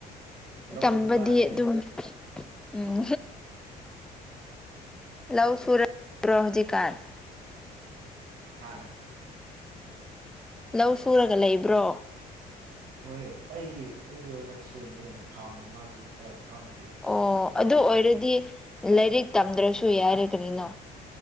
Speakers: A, on the right; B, in the centre.
A: ꯂꯧꯗ
B: ꯇꯝꯕꯗꯤ
A: ꯇꯥꯔꯦꯅꯦ
B: ꯑꯗꯨꯝ ꯎꯝ ꯂꯧ ꯁꯨꯔꯕ꯭ꯔꯣ ꯍꯧꯖꯤꯛꯀꯥꯟ
A: ꯍꯥꯥ
B: ꯂꯧ ꯁꯨꯔꯒ ꯂꯩꯕ꯭ꯔꯣ
A: ꯍꯣꯏ ꯑꯩꯒꯤ ꯑꯩꯒꯤ ꯑꯣꯏꯅ ꯁꯦꯝꯃꯤꯌꯦ ꯐꯥꯝ ꯑꯃꯥꯒꯤ ꯑꯦ ꯐꯥꯝꯒꯤ
B: ꯑꯣ ꯑꯗꯨ ꯑꯣꯏꯔꯗꯤ
A: ꯂꯧꯗꯨꯀꯣ
B: ꯂꯥꯏꯔꯤꯛ ꯇꯝꯗ꯭ꯔꯁꯨ ꯌꯥꯔꯦ ꯀꯔꯤꯅꯣ